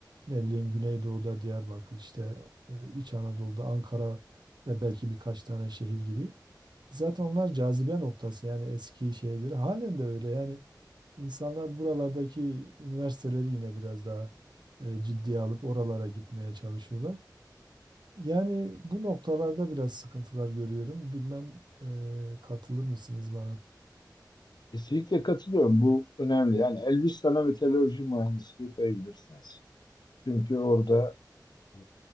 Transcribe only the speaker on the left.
Kesinlikle katılıyorum. Bu önemli. Yani Elbistan'a metalurji mühendisliği koyabilirsiniz. Çünkü orada e,